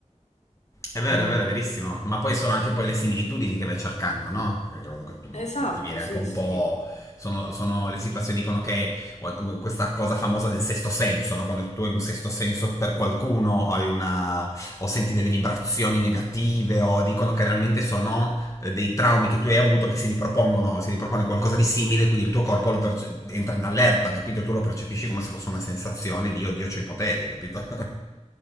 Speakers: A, on the left; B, on the left.
A: È vero,
B: E-
A: è vero, è verissimo. Ma poi sono anche poi le similitudini che vai cercando, no? Perché comunque tu- mm,
B: Esatto,
A: ti viene anche
B: sì,
A: un
B: sì.
A: po'. Sono, sono le situazioni dicono che qual- questa cosa famosa del sesto senso, no? Quando tu hai un sesto senso per qualcuno, hai una, o senti delle vibrazioni negative, o dicono che realmente sono eh, dei traumi che tu hai avuto che si ripropongono, si ripropone qualcosa di simile, quindi il tuo corpo lo perce- entra in allerta, capito? E tu lo percepisci come se fosse una sensazione di oddio, c'ho i poteri, capito? <laughs>